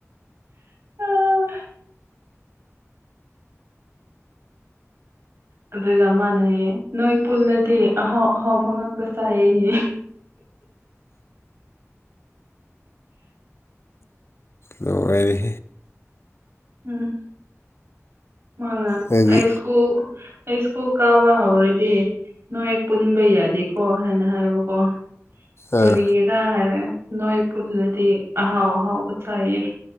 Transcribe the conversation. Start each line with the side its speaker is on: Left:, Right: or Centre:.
Right: ꯑꯥ ꯑ ꯑꯗꯨꯒ ꯃꯥꯥꯟꯅꯩꯌꯦ ꯅꯣꯏ ꯄꯨꯜꯂꯗꯤ ꯑꯍꯥꯎ ꯑꯍꯥꯎꯕ ꯉꯥꯛꯇ ꯆꯥꯏꯌꯦꯍ ꯍ
Left: ꯂ ꯑꯣꯏꯔꯤ
Right: ꯎꯝ ꯃꯥꯅꯁ
Left: ꯅꯪꯒꯤ
Right: ꯀꯌꯨꯁ ꯀꯨ ꯀꯥꯕ ꯍꯧꯔꯗꯤ ꯅꯣꯏ ꯄꯨꯟꯕ ꯌꯥꯗꯦꯀꯣ ꯍꯥꯏꯅ ꯍꯥꯏꯕꯀꯣ ꯀꯔꯤꯔꯥ
Left: ꯑꯥ
Right: ꯍꯥꯏꯔꯦ ꯅꯣꯏ ꯄꯨꯜꯂꯗꯤ ꯑꯍꯥꯎ ꯑꯍꯥꯎꯕ ꯆꯥꯏꯌꯦ